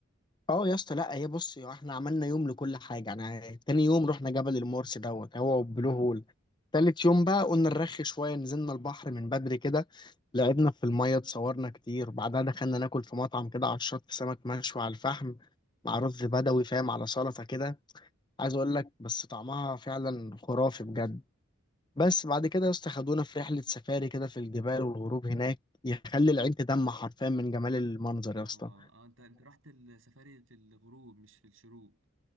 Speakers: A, on the left; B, on the right.
A: اه يا اسطى لا هي بص يا احنا عملنا يوم لكل حاجه يعني تاني يوم رحنا جبل المورس دوت هو وبلو هول تالت يوم بقى قلنا نرخي شويه نزلنا البحر من بدري كده لعبنا في الميه اتصورنا كتير بعدها دخلنا ناكل في مطعم كده على الشط سمك مشوي على الفحم مع رز بدوي فاهم على سلطه كده عايز اقول لك بس طعمها فعلا خرافي بجد بس بعد كده يا اسطى خدونا في رحله سفاري كده في الجبال والغروب هناك يخلي العين تدمع حرفيا من جمال المنظر
B: اه
A: يا اسطى
B: اه انت انت رحت السفاري في الغروب مش في الشروق